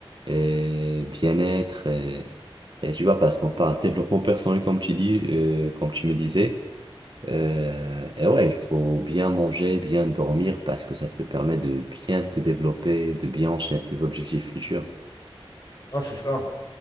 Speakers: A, on the right; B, on the left.
A: euh, bien-être, euh, et tu vois, parce qu'on parle développement personnel, comme tu dis, euh, comme tu me disais. Euh, et ouais, il faut bien manger, bien dormir, parce que ça te permet de bien te développer, de bien enchaîner tes objectifs futurs.
B: Non, c'est ça.